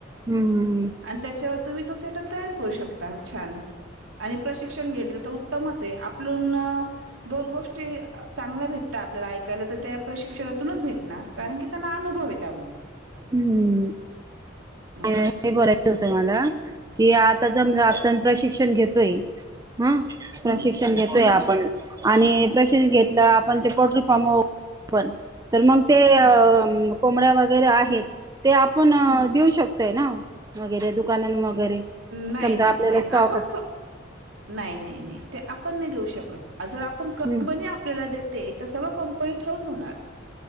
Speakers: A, on the right (about 20°); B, on the right (about 80°).
A: हम्म हम्म.
B: आणि त्यांच्यावर तुम्ही तो सेटअप तयार करू शकता छान आणि प्रशिक्षण घेतलं तर मच आहे आपलूण दोन गोष्टी चांगल्या भेटत आपल्याला ऐकायला तर ते प्रशी शिक्षणातूनच भेटणार कारण की त्यांना अनुभव आहे त्यामुळे.
A: हम्म.
B: असं
A: हे बोलायचं होत मला कि आता जमलं आपण प्रशिक्षण घेतोय हम्म प्रशिक्षण
B: हम्म
A: घेतोय
B: हम्म
A: आपण आणि प्रशिक्षण घेतल आपण ते पोल्ट्री फार्म पण तर मग ते अ
B: हम्म
A: कोंबड्या वगैरे आहेत. ते आपण
B: हम्म
A: देऊ शक तय ना, वगैरे दुकानां वगैरे,
B: नाही
A: समजा
B: नाही
A: आपल्याला
B: नाही
A: स्टॉक
B: आपण स्व नाही नाही नाही ते आपण नाही देऊ शकत जर आपण कंपनी
A: ह
B: आपल्याला देते तर सगळं कं कंपनी थ्रूच होणार,